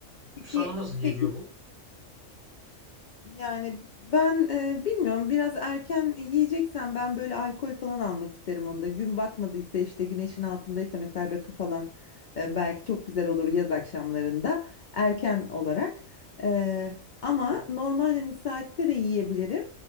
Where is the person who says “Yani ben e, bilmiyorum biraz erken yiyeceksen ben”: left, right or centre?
Left